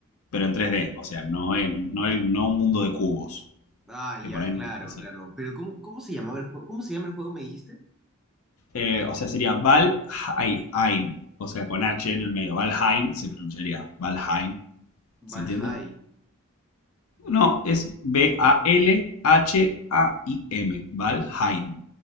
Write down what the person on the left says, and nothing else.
pero en 3D, o sea, no en, no en- no un mundo de cubos,
que por ahí
no, no sé.
Eh, o sea, sería Valheim. O sea, con H en el medio. Valheim se pronunciaría Valheim.
¿Se entiende? No, es B-A-L-H-A-I-M. Valheim.